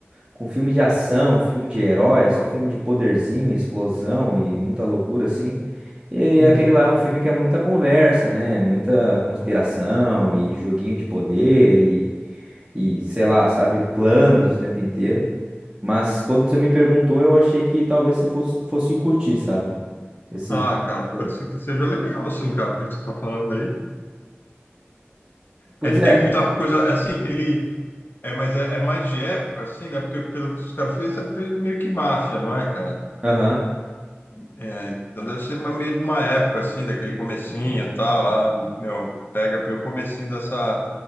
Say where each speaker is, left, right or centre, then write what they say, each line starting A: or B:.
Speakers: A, on the right; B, on the left.
A: Com filme de ação, filme de herói, só filme de poderzinho, explosão e muita loucura assim. E
B: Uhum.
A: aquele lá é um filme que é muita conversa, né? Muita conspiração e joguinho de poder e, e sei lá, sabe, planos o tempo inteiro. Mas quando você me perguntou, eu achei que talvez você fosse, fosse curtir, sabe? Esse
B: Ah, cara,
A: filme.
B: pode ser que seja legal, assim, cara, pelo que você tá falando aí.
A: Pois
B: É, Ele
A: é.
B: tem muita coisa, assim, ele É, mas é, é mais de época, assim, né? Porque pelo que os caras fez, é meio que máfia, não é, cara?
A: Aham.
B: É, então deve ser uma, meio de uma época, assim, daquele comecinho e tal, lá, meu, pega pelo comecinho dessa,